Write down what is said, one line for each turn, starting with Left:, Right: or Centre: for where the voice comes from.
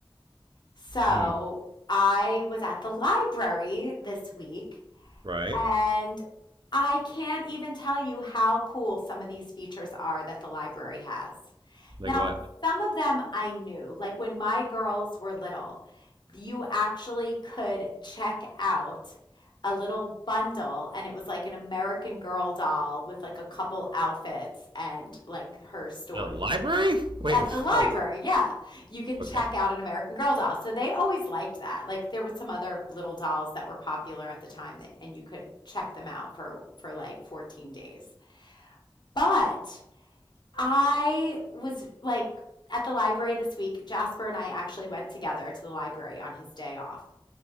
Left: So
Right: mm,
Left: I was at the library this week
Right: right?
Left: and I can't even tell you how cool some of these features are that the library has.
Right: Like
Left: Now,
Right: what?
Left: some of them I knew, like when my girls were little, you actually could check out a little bundle and it was like an American Girl doll with like a couple outfits and like her story.
Right: The library? Wait,
Left: At
Right: <laughs> hold
Left: the library, yeah. You can check
Right: on. okay.
Left: out an American Girl doll. So they always liked that. Like there were some other little dolls that were popular at the time that, and you could check them out for for like 14 days. But I was like at the library this week, Jasper and I actually went together to the library on his day off.